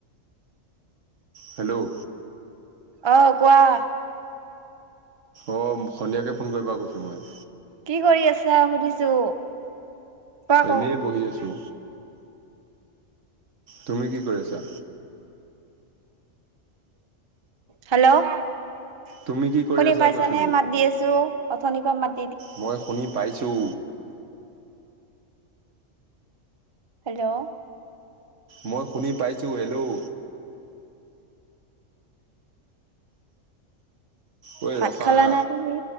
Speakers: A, on the right (about 70°); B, on the right (about 30°).
A: হেল্ল'?
B: অ' কোৱা?
A: অ' সন্ধিয়াকে ফোন কৰিবা কৈছো মই।
B: কি কৰি আছা সুধিছো? কোৱা আকৌ
A: এনেই বহি আছো। তুমি কি কৰি আছা?
B: হেল্ল'
A: তুমি কি কৰি
B: শুনি
A: আছা
B: পাইছা
A: কৈছো
B: নে মাত দি আছো? অথনি পা মাত
A: মই শুনি পাইছোঁ।
B: হেল্ল'?
A: মই শুনি পাইছোঁ, হেল্ল'? ঐ
B: ভাত
A: ৰখা
B: খালা
A: হা
B: না তুমি?